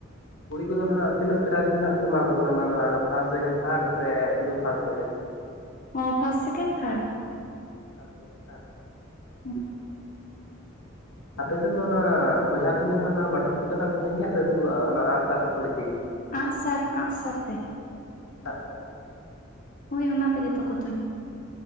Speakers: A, on the left (about 80°); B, on the left (about 40°).
A: ᱠᱩᱲᱤ ᱠᱚᱫᱚ ᱱᱟᱦᱟᱜ ᱛᱤᱱᱟᱹᱜ ᱯᱨᱟᱭᱤᱡᱽ ᱠᱚ ᱱᱟᱜ ᱮᱢᱟ ᱠᱚ ᱠᱟᱱᱟ ᱚᱱᱟ ᱱᱟᱦᱟᱜ ᱚᱱᱟ ᱯᱷᱟᱥᱴ ᱥᱮᱠᱮᱱᱰ ᱛᱷᱟᱨ ᱥᱮ ᱥᱩᱫᱩ ᱯᱷᱟᱥᱴ ᱥᱮᱠᱮᱱᱰ? <unintelligible>
B: ᱟᱸ ᱯᱷᱷᱟᱥᱴ ᱥᱮᱠᱮᱱᱰ ᱛᱷᱟᱨᱰ
A: ᱥᱟᱨ ᱥᱟᱹᱜᱩᱱ ᱥᱟᱨ
B: ᱦᱮᱸ,
A: ᱟᱯᱮ ᱥᱮᱱ ᱫᱚ ᱚᱱᱟ ᱵᱚᱡᱷᱟ ᱛᱩᱧ ᱫᱚ ᱦᱟᱜ ᱚᱱᱟ ᱵᱟᱴᱚᱞ ᱠᱚᱛᱮ ᱱᱟᱜ ᱠᱚ ᱛᱩᱧ ᱜᱮᱭᱟ ᱥᱮ ᱥᱩᱫᱩ ᱟ ᱚᱱᱟ ᱟᱸᱜ ᱥᱟᱨ ᱟᱹᱯᱟᱹᱲᱤ ᱛᱤᱜᱤ?
B: ᱟᱸᱜᱼᱥᱟᱨ ᱟᱸᱜᱼᱥᱟᱨ ᱛᱮ ᱾
A: ᱟᱸᱜ ᱥᱟᱨ
B: ᱦᱳᱭ ᱚᱱᱟ ᱛᱮᱜᱮ ᱛᱚᱠᱚ ᱛᱩᱧᱟ ᱾